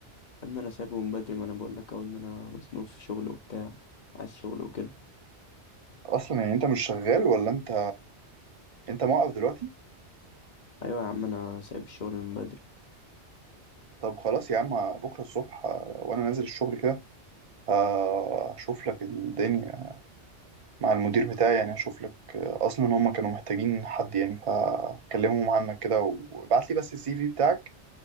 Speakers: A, on the left; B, on the right.
A: ان انا سايبه من بدري ما انا بقول لك اهو ان انا مصنوف في شغل وبتاع عايز شغل وكده
B: اصلا يعني انت مش شغال ولا انت انت موقف دلوقتي
A: ايوه يا عم انا سايب الشغل من بدري
B: طب خلاص يا عم بكرة الصبح آه، وأنا نازل الشغل كده آه، هشوف لك الدنيا مع المدير بتاعي يعني هشوف لك آه، أصلا هما كانوا محتاجين حد يعني فكلمهم عنك كده وابعت لي بس السي في بتاعك